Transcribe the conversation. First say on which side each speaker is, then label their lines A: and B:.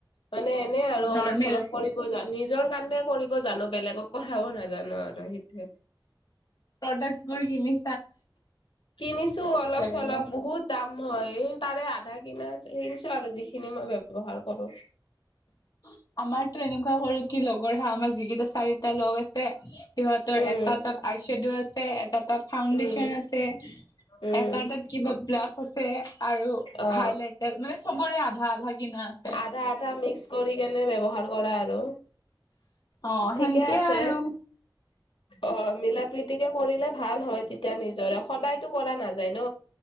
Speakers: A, on the left; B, on the left.
A: মানে এনে আৰু
B: নৰ্মেল
A: অলপ চলপ কৰিব জানো নিজৰ কামে কৰিব জানো বেলেগক কৰাব নাজানো নোৱাৰো এই সিতু এ
B: প্ৰডাকচ বোৰ কিনি
A: কিনিছো অলপ
B: লাগে
A: চলপ
B: ন?
A: বহুত দাম মই তাৰে আধা কিনা কিনছো আৰু যিখিনি মই ব্যৱহাৰ কৰো
B: উম', আমাৰতো এনেকোৱা সৰু কি লগৰ হা আমাৰ যিকেইটা চাৰিটা লগ আছে সিহঁতৰ
A: উম
B: এটা তাত আইশ্বেড আছে, এটা তাত ফাউণ্ডেচন
A: উম
B: আছে,
A: উম
B: এটা তাত কিবা ব্লাছ আছে আৰু
A: অ
B: হাইলাইটাৰ, মানে চবৰে আধা আধা কিনা আছে
A: আধা আধা মিক্স কৰি কেনে ব্যৱহাৰ কৰা আৰু
B: অ
A: ঠিকে
B: সেনকে
A: আছে
B: আৰু
A: অ মিলা প্ৰীতিকে কৰিলে ভাল হয় তেতিয়া নিজৰে সদায়তো কৰা নাযায় ন